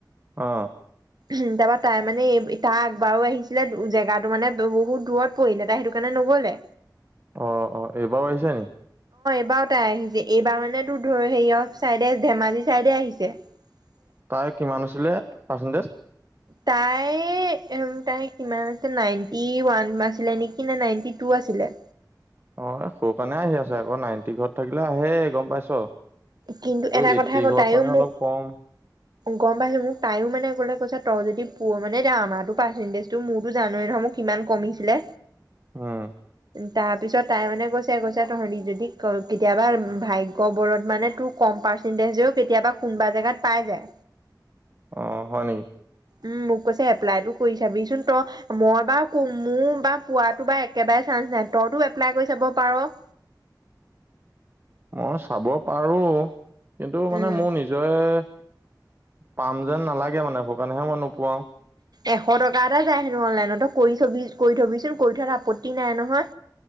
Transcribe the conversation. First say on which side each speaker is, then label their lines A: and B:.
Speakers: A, on the right; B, on the right.
A: অ
B: উম তাপা তাই মানে তাৰ আগবাৰো আহিছিলে জেগাটো মানে বহুত দূৰত পৰিলে তাই সেইটো কাৰণে নগলে।
A: অ অ এইবাৰো আহিছা নেকি
B: এইবাৰ তাই আহিছে এইবাৰ মানে তোৰ হেৰিয় চাইডে ধেমাজি চাইডে আহিছে <unintelligible> <unintelligible>
A: তাৰ কিমান আছিলে পাৰ্চেণ্টিজ
B: তাইৰ তাই কিমান আছিল নাইনটি ওৱান আছিলে নেকি নে নাইনটি টু আছিলে
A: অ সৰু কাৰণে আহি আছে আকৌ নাইনটি ঘৰত থাকিলে আহে গম পাইছ
B: কিন্তু এটা
A: এইট্টি
B: কথা আকৌ
A: ঘৰত
B: তাইও
A: মানে
B: মোক,
A: অলপ কম
B: গম পাইছো মোক তাইও মানে লে কৈছা তই যদি প মানে আমাৰো পাৰ্চেন্টেজটো মোৰতো জানোৱেই নহয় মোক কিমান কমিছিলে
A: হম
B: তাৰ পিছত তাই মানে কৈছে কৈছে তহঁতি যদি কেতিয়াবা ভাগ্যবলত মানে কম পাৰ্চন্টিজেও কেতিয়াবা কোনোবা এজেগাত পাই যায়।
A: অ হয় নেকি
B: উম মোক কৈছে এপ্লাইতটো কৰি চাবিচোন তই মই বাও মোৰ বা পোৱাতো বা একেবাৰে চাইন্স নাই তইতো এপ্লাই কৰি চাব পাৰঅ'।
A: মই চাব পাৰোঁ। কিন্তু মানে
B: উম
A: মোৰ নিজৰে পাম যেন নালাগে মানে সু কাৰণেহে মন কোৱাহ
B: এশ টকা এটা যায় হেনো অনলাইনতো কৰি থবি কৰি থবিচোন কৰি থলে আপত্তি নাই নহয়